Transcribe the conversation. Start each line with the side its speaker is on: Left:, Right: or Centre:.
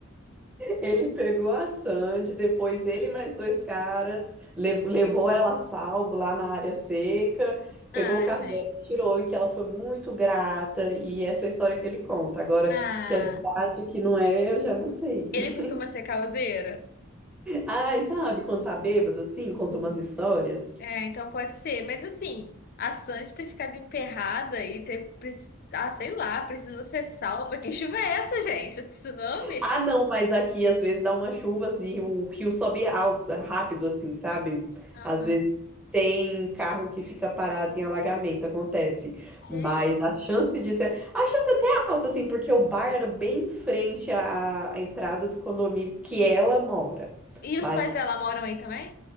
Centre: Ele pegou a Sandy, depois ele e mais dois caras, lev- levou ela a salvo lá na área seca, pegou
Left: Ah,
Centre: o carro
Left: gente.
Centre: dela e tirou, e que ela foi muito grata, e essa é a história que ele conta. Agora,
Left: Ah,
Centre: o que é verdade, o que não é, eu já não sei.
Left: ele
Centre: <laughs>
Left: costuma ser causeiro?
Centre: Ah, e sabe, quando tá bêbado assim, conta umas histórias.
Left: É, então pode ser. Mas assim, a Sandy ter ficado emperrada e ter. preci- Ah, sei lá, precisou ser salva. Que chuva é essa, gente? É tsunami?
Centre: Ah, não, mas aqui às vezes dá umas chuvas e o rio sobe alto, rápido, assim, sabe?
Left: Aham.
Centre: Às vezes tem carro que fica parado em alagamento, acontece.
Left: Gente.
Centre: Mas a chance disso é. A chance até é alta, assim, porque o bar era bem em frente à, à entrada do condomínio que ela mora.
Left: E
Centre: Mas
Left: os pais dela moram aí também?